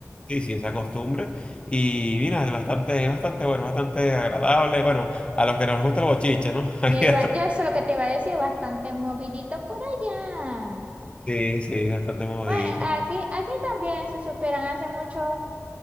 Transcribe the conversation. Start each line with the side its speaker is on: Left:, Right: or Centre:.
Left: sí, sí, esa costumbre, y mira, es bastante, es bastante bueno, bastante agradable, bueno, a los que nos gusta el bochinche, ¿no? <laughs> Ahí
Right: Yo iba,
Left: está.
Right: yo eso es lo que te iba a decir, bastante movidito por allá.
Left: Sí, sí, bastante movidito.
Right: Bueno, aquí, aquí también se superan hace mucho,